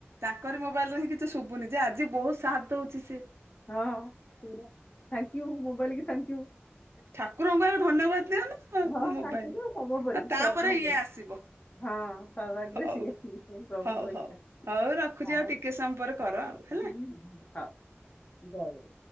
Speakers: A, on the right; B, on the left.
A: ତାଙ୍କରି ମୋବାଇଲ ରେ ହିଁ କିଛି ଶୁଭୁନି ଯେ ଆଜି ବହୁତ ସାଥ୍ ଦଉଛି ସିଏ।
B: ହଁ ପୁରା ଥାଙ୍କ୍ୟୁ ମୋବାଇଲ କି ଥାଙ୍କ୍ୟୁ।
A: ଠାକୁରଙ୍କୁ ଆଗେ ଧନ୍ୟବାଦ ଦିଅ
B: ହଁ
A: ନା ମୋବାଇଲ୍,
B: ତାଙ୍କୁ ତ ସର୍ବୋପରି
A: ଆଉ ତାପରେ
B: ସର୍ବ ଆଗରେ।
A: ଇଏ ଆସିବ।
B: ହଁ <unintelligible>
A: ହଉ
B: ସିଏ ପ୍ରଭୁଙ୍କ
A: ହଉ ହଉ
B: ଇଚ୍ଛା
A: ହଉ ରଖୁଛି
B: ହଉ-ହଉ।
A: ଆଉ ଟିକେ ସମୟ ପରେ କର ଆଉ ହେଲା
B: ହୁଁ-ହୁଁ ହଉ ଜୟଗୁରୁ।